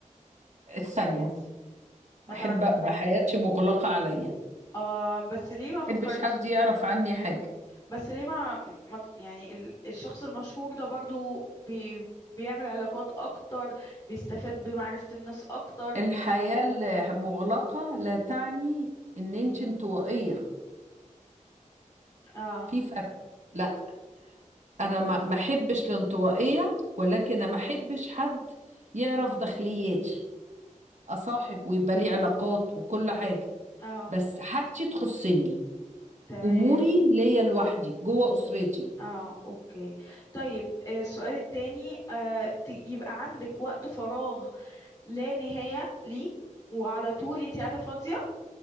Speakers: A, on the right; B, on the left.
A: الثانية
B: ما
A: أحب
B: تعرف
A: أبقى حياتي مغلقة عليا
B: آه بس ليه ما فكرت
A: محبش حد يعرف عني حاجة
B: بس ليه ما, ما ت- يعني ال- الشخص المشهور ده برضو بي بيعمل علاقات أكتر بيستفاد بمعرفة الناس أكتر
A: الحياة المغلقة لا تعني ان انت انطوائية
B: اه
A: في فرق لا انا ما ما احبش الانطوائية ولكن أنا ما احبش حد يعرف داخلياتي اصاحب ويبقى لي علاقات وكل حاجة
B: اه
A: بس حاجتي تخصني
B: تمام
A: اموري ليا لوحدي جوه اسرتي
B: اه اوكي طيب آه، السؤال التاني آه، ت- يبقى عندك وقت فراغ لا نهاية ليه وعلى طول انت قاعدة فاضية